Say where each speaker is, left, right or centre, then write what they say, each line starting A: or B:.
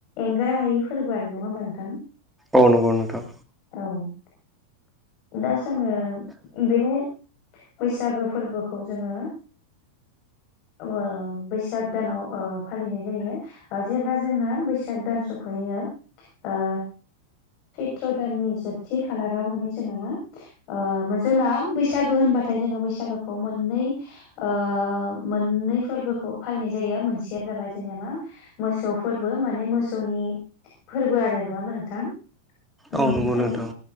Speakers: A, on the left; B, in the centre.
A: एंगार हायि फोरबो आरो नङा होमबा नोंथां
B: औ नगौ नोंथां
A: औ दा जोङो बेनि बैसागो फोरबोखौ जोङो ओ बैसाग दानाव ओ फालिनाय जायो ओ जेब्ला जोंना बैसाग दान सफैयो ओ सैत्र दाननि जोबथि खालाराव माने ओ मो जोंना जोंना बैसागो होनबाथाय जोङो बैसागोखौ मोननै ओ मोननै फोरबोखौ फालिनाय जायो मोनसेया जाबाय जोंनिया मा मोसौ फोरबो माने मोसौनि फोरबो आरो नङा होमबा नोंथां
B: औ
A: बेनिफ्राय
B: नंगौ नोंथां